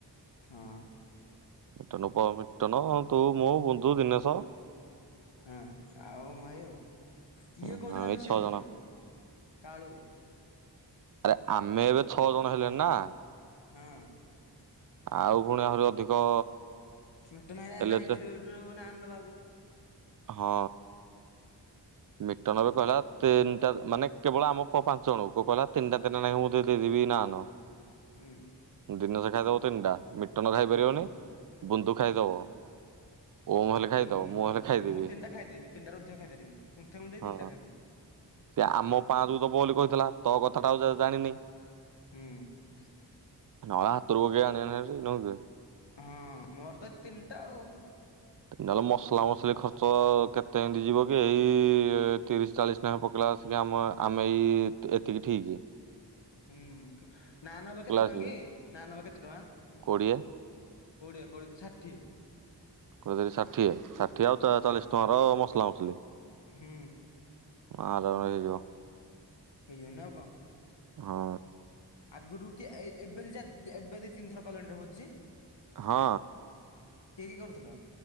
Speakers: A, on the left; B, on the right.
A: ହଁ।
B: ମିଟନ ପ ମିଟନ ତୁ ମୁଁ ବୁନ୍ଦୁ ଦିନେଷ।
A: ହଁ ଆଉ ମାୟ
B: ହୁଁ
A: ଇଏ କଉଥୁଲା
B: ଆମେ ଏଇ
A: ମିଶିବ
B: ଛଅ ଜଣ
A: ବୋଲି କାଳୁ।
B: ଏରା ଆରେ ଆମେ ଏବେ ଛଅ ଜଣ ହେଲେଣି ନା।
A: ହଁ।
B: ଆଉ ପୁଣି ଆହୁରି ଅଧିକ
A: ମିଟନ ଭାଇ
B: ହେଲେ
A: ନାହିଁ
B: ସେ
A: କରିବେ ଯୋଉ ନାନ୍ ଦବାକୁ।
B: ହଁ। ମିଟନ ଏବେ କହିଲା ତିନିଟା ମାନେ କେବଳ ଆମ ପ-ପାଞ୍ଚ ଜଣଙ୍କୁ କହିଲା ତିନିଟା ଦେନେ ଏଇନା କେ ମୁଁ ଦେଇଦେବି। ବି ନାନ।
A: ହୁଁ।
B: ଦିନରେ ଖାଇଦବ ତିନିଟା ମିଟନ ଖାଇପାରିବନି
A: ହୁଁ
B: ବୁନ୍ଦୁ ଖାଇଦବ। ଓମ ହେଲେ ଖାଇଦବ
A: ହୁଁ
B: ମୁଁ ହେଲେ ଖାଇଦେବି।
A: ମୁଁ ତିନିଟା ଖାଇଦେବି ତିନିଟା ରୁ ଅଧିକା ଖାଇପାରିବିନି କୁନ୍ଥେଇ କୁନ୍ଥେଇ
B: ହଁ
A: ତିନଟା ଖାଇଦେବି।
B: ସେ ଆମ ପାଞ୍ଚ ଙ୍କୁ ଦବ ବୋଲି କହିଥିଲା ତୋ କଥା ଟା ଆଉ ଜା-ଜାଣିନି।
A: ହୁଁ।
B: ନହେଳେ ହାତରୁ କିଏ ଆଣି <unintelligible> ନୁହୁଁକି।
A: ହଁ ମୋର ତ ତିନିଟା ଆଉ।
B: ନହେଲେ ମସଲା ମସିଲି ଖର୍ଚ୍ଚ କେତେ ଏମିତି ଯିବ କି ଏଇ ତିରିଶ ଚାଳିଶ ନାକେ ପକେଇଲା ସିଏ ଆମ ଆମେ ଏଇ ଏତିକି ଠିକି।
A: ହୁଁ ନାନ ହବ କେତେ ଟଙ୍କା
B: ଆସିକି
A: କି ନାନ ହବ କେତେ ଟଙ୍କା?
B: କୋଡ଼ିଏ
A: କୋଡ଼ିଏ କୋଡ଼ିଏ ଷାଠିଏ।
B: କୋଡିଏ ତିରି ଷାଠିଏ ଷାଠିଏ ଆଉ ତା
A: ହଁ
B: ଚାଳିଶ ଟଙ୍କାର ମସଲା ମସଲି।
A: ହୁଁ।
B: ଆରାମରେ ହେଇଯିବ।
A: ହେଇଯିବନି ଆଉ କଣ।
B: ହଁ।
A: ଆଗୁରୁ କି ଏଇ ଏବେ ଯା ଏବେ ଦି ତିନିଥର କଲଣି ରେ ଭୋଜି।
B: ହଁ।
A: କିଏ କିଏ କରୁଥୁଲ?